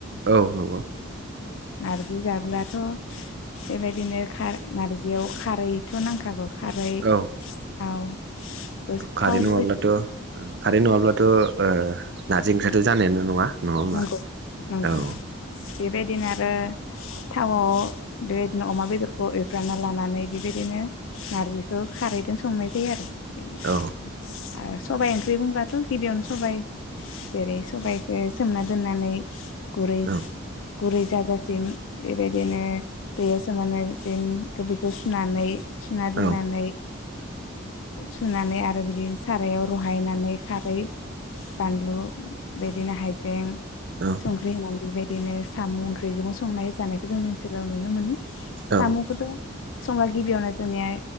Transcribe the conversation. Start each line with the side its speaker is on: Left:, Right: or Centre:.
Right: औ नंगौ
Left: नारजि जाब्लाथ' बेबायदिनो खा नारजियाव खारैथ' नांखागौ। खारै
Right: औ
Left: थावबो
Right: खारै
Left: थावबो
Right: नङाब्लाथ' खारै नङाब्लाथ'‌ओ नारजि ओंख्रियाथ जानायानो नङा नङा होमबा
Left: नांगौ नांगौ
Right: औ
Left: बेबायदिनो आरो थावआव बेबायदिनो अमा बेदरखौ एफ्रानना लानानै बेबायदिनो नारजिखौ खारैजों संनाय जायो आरो <unintelligible>
Right: औ
Left: सबायाइ ओंख्रि बुंब्लाथ गिबियावनो सबबाय जेरै सबाइखौ सोमना दोननानै गुरै
Right: औ
Left: गुरै जाजासिम बेबायदिनो दैयाव सोमनानै बिनो बेखौ सुनानै सुनादोननानै
Right: औ
Left: सुनानै आरो बिदिनो सारायाव रहायनानै खारै बानलु बिदिनो हाय बें
Right: औ
Left: संख्रि होनानै बे बाय बिदिनो साम ओंख्रिजों संनाय जानायखौ जोंनि ओनसोलाव नुनो मोनो
Right: औ
Left: सामुखौथ संबा गिबियावनो जोंनिया